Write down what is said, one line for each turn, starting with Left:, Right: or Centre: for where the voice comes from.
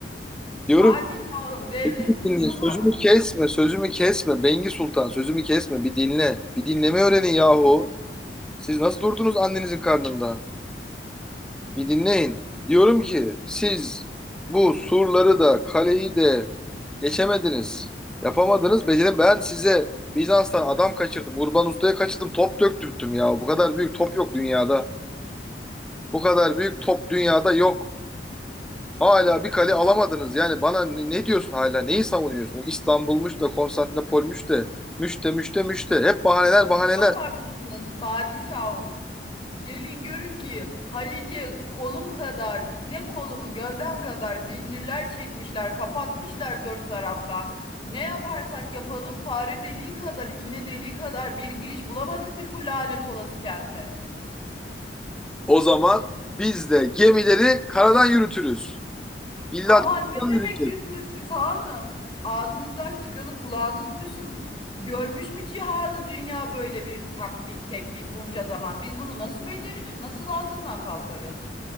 Centre: Diyorum
Left: Padişahım,
Centre: ki,
Left: devletlum
Centre: "Beni dinle,
Left: çok haklısınız.
Centre: sözümü kesme, sözümü kesme. Bengi Sultan sözümü kesme bir dinle. Bir dinleme öğrenin yahu. Siz nasıl durdunuz annenizin karnında? Bir dinleyin. Diyorum ki siz bu surları da kaleyi de geçemediniz. Yapamadınız. Becerim ben size Bizans'tan adam kaçırdım. Urban Usta'ya kaçırdım. Top döktürttüm ya. Bu kadar büyük top yok dünyada. Bu kadar büyük top dünyada yok. Hala bir kale alamadınız. Yani bana ne, ne diyorsun hala? Neyi savunuyorsun? İstanbul'muş da, Konstantinopolmuş da, müşte müşte müşte. Hep bahaneler, bahaneler.
Left: Çok haklısınız padişahım. Gelin görün ki Halice kolum kadar ne kolumu gövdem kadar zincirler çekmişler kapatmışlar dört taraftan. Ne yaparsak yapalım fare deliği kadar iğne deliği kadar bir giriş bulamadık biz bu lanet olası kente.
Centre: O zaman biz de gemileri karadan yürütürüz. İlla
Left: Aman
Centre: denizden
Left: ne demektesiniz
Centre: yürütürüz.
Left: siz hanım? Ağzınızdan çıkanı kulağınız duysun. Görmüş mü cihanı dünya böyle bir taktik teknik bunca zaman? Biz bunu nasıl beceririz? Nasıl altından kalkarız?